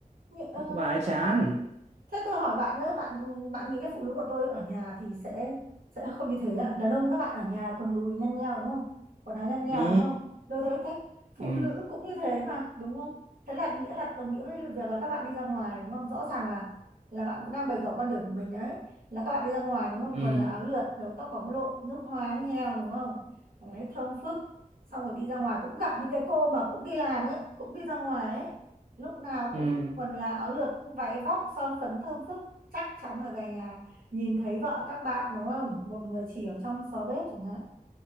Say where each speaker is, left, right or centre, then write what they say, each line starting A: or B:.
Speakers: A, on the right; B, on the right.
A: Nhự- ờ,
B: thì các bà ấy chán
A: thật, ừ. thế tôi hỏi bạn nhé, bạn bạn nghĩ là phụ nữ của tôi ở nhà thì sẽ sẽ không như thế à? Đàn ông các bạn ở nhà quần đùi nhăn nheo đúng không? Quần áo nhăn nheo
B: ừ
A: đúng không? Lôi thôi thách phụ
B: ừ
A: nữ cũng như thế mà đúng không? Thế là nghĩa là đồng nghĩa với việc là các bạn đi ra ngoài đúng không? Rõ ràng là là bạn cũng đang bày tỏ quan điểm của mình đấy là các bạn đi ra ngoài đúng không?
B: ừ
A: Quần là áo lượt, đầu tóc bóng lộn, nước hoa nước heo đúng không? Đấy, thơm phức xong rồi đi ra ngoài cũng gặp những cái cô mà cũng đi làm ấy cũng đi ra ngoài ấy lúc nào
B: ừ
A: cũng quần là áo lượt cũng váy vóc son phấn thơm phức chắc chắn là về nhà nhìn thấy vợ các bạn đúng không một người chỉ ở trong xó bếp chẳng hạn